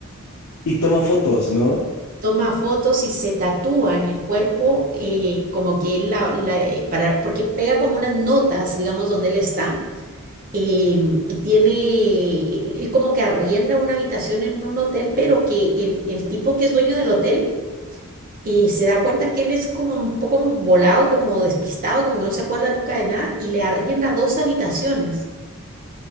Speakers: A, on the left; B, on the right.
A: Y toma fotos, ¿no?
B: Toma fotos y se tatúa en el cuerpo eh, como que él la, la- eh, para, porque pega como unas notas, digamos, donde él está em, y tiene, e- e- él como que arrienda una habitación en un hotel, pero que el, el tipo que es dueño del hotel eh, se da cuenta que él es como un poco volado, como despistado, como que no se acuerda nunca de nada, y le arrienda dos habitaciones.